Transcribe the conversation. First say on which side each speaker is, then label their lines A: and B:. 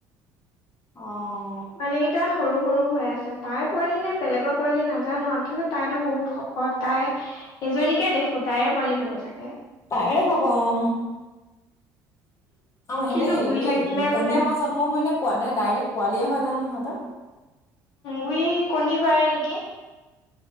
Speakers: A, on the left; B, on the left.
A: অ'।
B: <unintelligible> সৰু, সৰু হৈ আছে, তাইৰ পোৱালি নে, বেলেগৰ পোৱালি নাজানো আৰু কিন্তু তাইতো বহুত শকত তাই এজনীকে দেখো তাই পোৱালি হ'ব চাগে।
A: তাইৰে হ'ব অ অ',
B: কিন্তু
A: হেঁতে হেৰি
B: গুৰি থাকিলে বোলে
A: কণীৰ পৰা জন্ম হয় নে ডাইৰেক্ট পোৱালিয়ে হয় জানো সিহঁত <inaudible>
B: গুৰি কণী পাৰে নেকি?